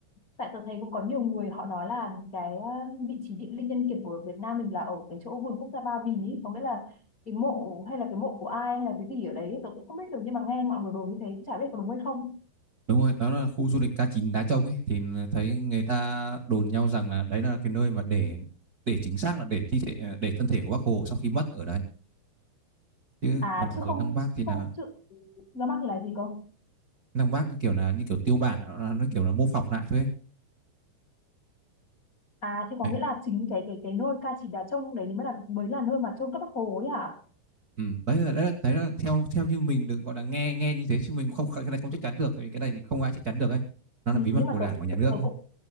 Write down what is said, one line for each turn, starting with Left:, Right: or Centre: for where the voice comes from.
Left: Tại tôi thấy cũng có nhiều người họ nói là cái uh, vị trí địa linh nhân kiệt của Việt Nam mình là ở cái chỗ vườn quốc gia Ba Vì ý. Có nghĩa là cái mộ hay là cái mộ của ai hay là cái gì ở đấy tôi cũng không biết được nhưng mà nghe mọi người đồn như thế cũng chả biết có đúng hay không
Right: Đúng rồi, đó là khu du lịch k chín Đá Trông ấy thì thấy người ta đồn nhau rằng là đấy là cái nơi mà để để chính xác là để thi thể à, để thân thể của Bác Hồ sau khi mất ở đấy. Chứ
Left: à
Right: còn ở
Left: chứ
Right: dưới
Left: không
Right: Lăng Bác thì
Left: không
Right: là
Left: chứ nó mắc là gì không
Right: Lăng Bác như kiểu là như kiểu tiêu bản nó nó kiểu là mô phỏng lại thôi. ấy.
Left: à thì có
Right: Đấy,
Left: nghĩa là chính cái cái cái nơi ca chỉ đá trông đấy mới là mới là nơi mà chôn các bác Hồ ấy hả
Right: ừ. đấy là đấy là đấy là theo theo như mình được gọi là nghe nghe như thế chứ mình không cái này không chắc chắn được tại vì cái này thì không ai chắc chắn được ấy. Nó
Left: ừ,
Right: là bí mật
Left: nhưng mà
Right: của Đảng
Left: tôi,
Right: và nhà nước
Left: tôi
Right: ấy.
Left: cũng